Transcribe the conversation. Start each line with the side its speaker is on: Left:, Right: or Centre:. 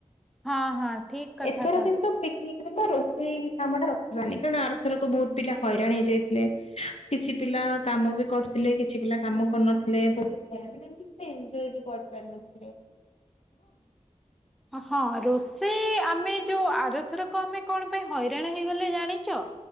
Centre: ହଁ ହଁ। ଠିକ କଥା
Left: ଏଥର
Centre: କହ
Left: କିନ୍ତୁ ପିକିକ ରୋଷେଇ କାମ ଟା ରଖିବାନି କାରଣ ଆର ସରକୁ ବହୁତ ପିଲା ହଇରାଣ ହେଇଯାଇଥିଲେ କିଛି ପିଲା କାମ ବି କରିଥିଲେ କିଛି ପିଲା କାମ କରିନଥିଲେ ବହୁତ ମାନ ଏଜ ବି କରିପାର ନଥିଲେ?
Centre: ହଁ ରୋଷେଇ ଆମେ ଯୋଉ ଆରଥରକ ଆମେ କଣ ପାଇଁ ହଇରାଣ ହେଇଗଲେ ଜାଣିଛ